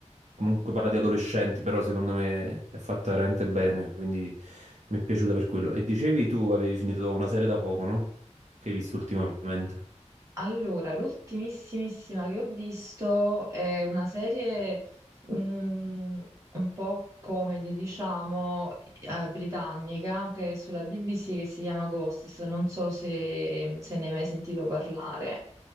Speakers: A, on the right (about 70°); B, on the right (about 25°).
A: Comunque parla di adolescenti, però secondo me è fatta veramente bene, quindi mi è piaciuta per quello. E dicevi tu avevi finito una serie da poco, no? Che hai visto ultimamente.
B: Allora, l'ultimissimissima che ho visto è una serie mm, un po' comedy, diciamo, eh, britannica, che è sulla BBC che si chiama Ghosts. Non so se, se ne hai mai sentito parlare.